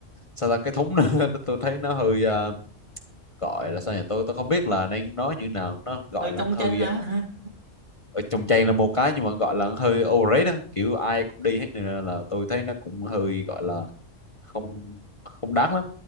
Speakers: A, on the left; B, on the right.
A: sao ta cái thúng nó <laughs> tôi thấy nó hơi à, gọi là sao nhỉ tôi tôi không biết là đang nói như nào nó gọi
B: rồi
A: là
B: trong
A: hơi
B: tranh à
A: à, ở trong trang là một cái nhưng mà gọi là hơi overrated đó. kiểu ai cũng đi hết nên là là tôi thấy nó cũng hơi gọi là không không đáng lắm